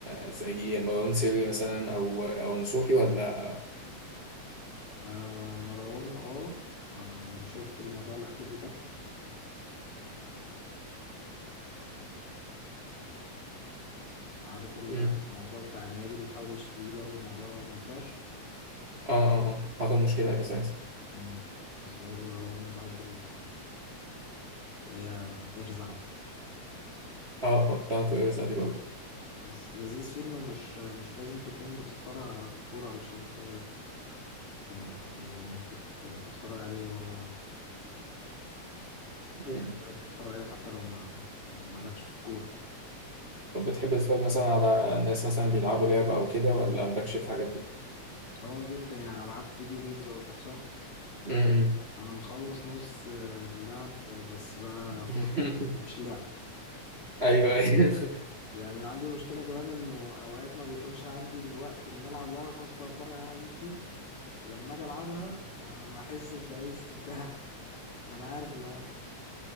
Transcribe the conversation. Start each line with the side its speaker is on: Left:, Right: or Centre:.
Right: آه، زي مروان سري مثلا او او نصوحي ولا
Left: آه مروان اه آه، شفت الموضوع الأخير بتاعه عارف الموضوع
Right: مم.
Left: بتاع النادي اللي حاول يشتريه ده والموضوع منفعش
Right: اه اه اه حصل مشكلة ايوه ساعتها
Left: مم. اسماعيل براون بحب ال- اللي هي ارزع
Right: اه اه بتاعت ويرزع دي برضه
Left: بس لذيذ فيه انه مش مش لازم تكون بتتفرج على الكورة علشان ت... ت- يعني تت... تتفرج عليه هو
Right: مم.
Left: تقدر انت تتفرج عليه حتى لو ما ما- مالكش في الكورة
Right: طب بتحب تتفرج مثلا على ناس مثلا بيلعبوا لعبة او كده ولا مالكش في الحاجات دي؟
Left: اه جدا يعني العاب فيديو جيمز قصدك صح؟
Right: مم.
Left: انا مخلص نص آه، اللعب بس بقى
Right: <laughs>
Left: فور مش لعب
Right: ايوه ايوه
Left: يعني عندي مشكلة كمان انه اوقات ما بيكونش عندي الوقت ان العب لعبة فادخل اتفرج على اليوتيوب فلما اجي العبها ما ما احسش باي استمتاع <laughs> ما انا عارف اللي هيحصل